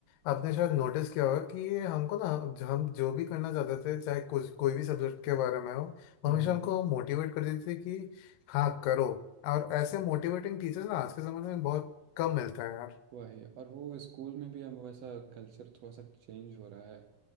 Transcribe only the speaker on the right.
हम्म
हम्म
वही और वो स्कूल में भी अब वैसा कल्चर थोड़ा सा चेंज हो रहा है